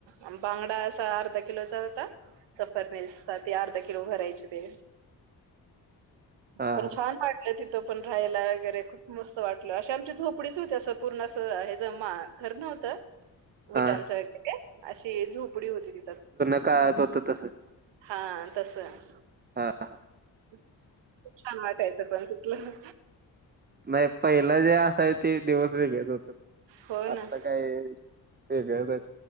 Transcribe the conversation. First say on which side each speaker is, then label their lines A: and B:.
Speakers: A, on the right; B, on the right.
A: अन बांगडा असा अर्धा किलोचा होता. सफरनेस त ते अर्धा किलो भरायचे ते
B: हा
A: पण
B: हा
A: छान वाटलं तिथं, पण राहायला वगैरे खूप मस्त वाटलं, अशी आमची झोपडीच होती असं पूर्ण असं हेज घर नव्हतं
B: हा
A: त्यांचा एक अशी झोपडी होती तिथं
B: काळ्यात होतं तसंच
A: हा तसं
B: हा हा
A: खूप छान वाटायचं पण तिथलं.
B: नाही, पहिला जे असायचं ते दिवस वेगळेच होते.
A: हो
B: आता
A: ना.
B: काय वेगळंच हाईत